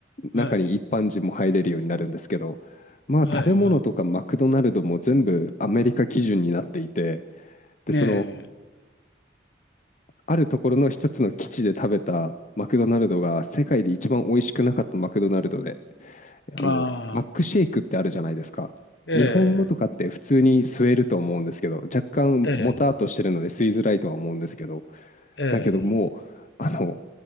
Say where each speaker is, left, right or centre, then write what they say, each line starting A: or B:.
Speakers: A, on the left; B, on the left.
A: 中に一般人も入れるようになるんですけど、
B: はい、
A: まあ食べ物とかマクドナルドも全部アメリカ基準になっていて、
B: はい、はい。
A: で、
B: ね
A: そのあるところの一つの基地で食べたマクドナルドが世界で一番美味しくなかったマクドナルドで、あの、
B: え、ああ、
A: マックシェイクってあるじゃないですか。
B: え
A: 日本のとかって普通に吸えると思うんですけど、若干もたっとしてるので吸いづらいとは思うんですけど、
B: え、ええ、えええ
A: だけどもう、あの、